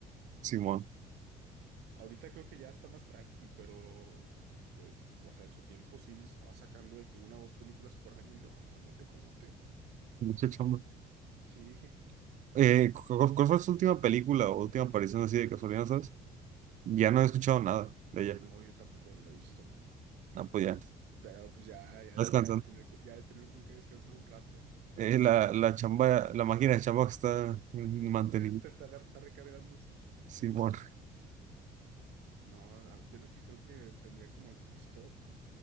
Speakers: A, on the right; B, on the right.
A: Simón.
B: Ahorita creo que ya está más tranqui, pero, eh, o sea, en su tiempo sí estaba sacando de que una o dos películas por año. Y yo, "Ah, cálmate, cálmate.
A: Mucha chamba.
B: Sí,
A: Eh, ¿cu- cu- ¿cuál fue su última película o última aparición así de casualidad, sabes? Ya no he escuchado nada de ella.
B: no, yo tampoco ya no la he visto.
A: Ah, pues ya.
B: Pero pues ya, ya,
A: Descansando.
B: ya de tener, co- ya de tener con qué descansar un rato.
A: Eh, la, la chamba, la máquina de chamba que está manteniendo
B: <laughs> Está, está, agar- está recargándose.
A: Simón.
B: No, a- yo lo que creo que tendría como actriz top